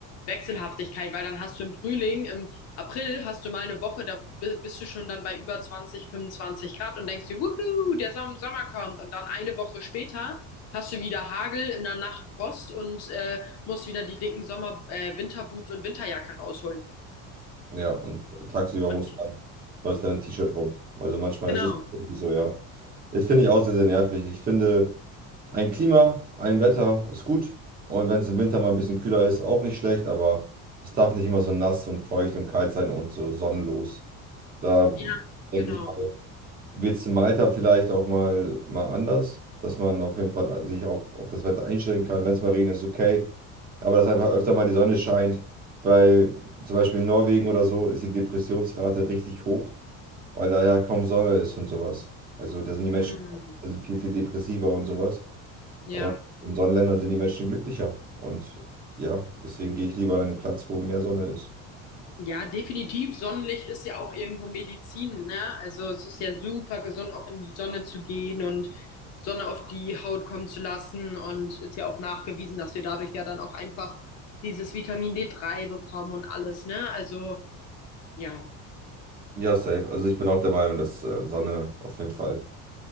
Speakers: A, on the left; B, on the right.
A: Wechselhaftigkeit, weil dann hast du im Frühling, im April hast du mal eine Woche, da bi- bist du schon dann bei über 20, 25 Grad und denkst dir, wuhu, der Som- Sommer kommt. Und dann eine Woche später hast du wieder Hagel, in der Nacht Frost und äh, musst wieder die dicken Sommer, äh, Winterboots und Winterjacke rausholen.
B: Ja, und tagsüber
A: Und
B: musst du dann, läufst dann ein T-Shirt rum. Also manchmal
A: genau,
B: ist es tatsächlich so, ja. Das finde ich auch sehr, sehr nervig. Ich finde, ein Klima, ein Wetter ist gut. Und wenn es im Winter mal ein bisschen kühler ist, auch nicht schlecht, aber es darf nicht immer so nass und feucht und kalt sein und so sonnenlos. Da
A: ja,
B: denke
A: genau.
B: ich mal, wird es in Malta vielleicht auch mal, mal anders, dass man auf jeden Fall sich auch auf das Wetter einstellen kann. Wenn es mal regnet, ist okay. Aber dass einfach öfter mal die Sonne scheint, weil zum Beispiel in Norwegen oder so ist die Depressionsrate richtig hoch, weil da ja kaum Sonne ist und sowas. Also da sind die Menschen
A: Hm,
B: auch- also viel, viel depressiver und sowas.
A: ja.
B: Und in Sonnenländern sind die Menschen glücklicher. Und ja, deswegen gehe ich lieber an einen Platz, wo mehr Sonne ist.
A: Ja, definitiv. Sonnenlicht ist ja auch irgendwo Medizin, ne? Also es ist ja super gesund, auch in die Sonne zu gehen und Sonne auf die Haut kommen zu lassen. Und ist ja auch nachgewiesen, dass wir dadurch ja dann auch einfach dieses Vitamin d drei bekommen und alles, ne? Also ja,
B: Ja, safe. Also ich bin auch der Meinung, dass äh, Sonne auf jeden Fall.